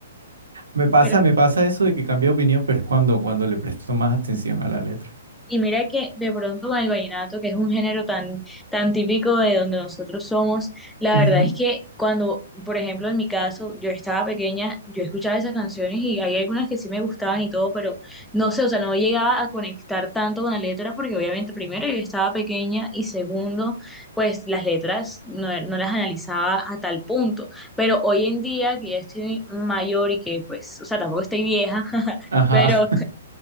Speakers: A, on the right (about 75°); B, in the centre.
A: Me pasa,
B: Pero
A: me pasa eso de que cambia de opinión, pero es cuando, cuando le presto más atención a la letra.
B: Y mira que de pronto con el vallenato, que es un género tan, tan típico de donde nosotros somos, la
A: Ujú.
B: verdad es que cuando, por ejemplo, en mi caso, yo estaba pequeña, yo escuchaba esas canciones y hay algunas que sí me gustaban y todo, pero no sé, o sea, no llegaba a conectar tanto con la letra porque obviamente primero yo estaba pequeña y segundo, pues las letras no, no las analizaba a tal punto. Pero hoy en día que ya estoy mayor y que pues, o sea, tampoco estoy vieja, <laughs>
A: Ajá,
B: pero... <laughs>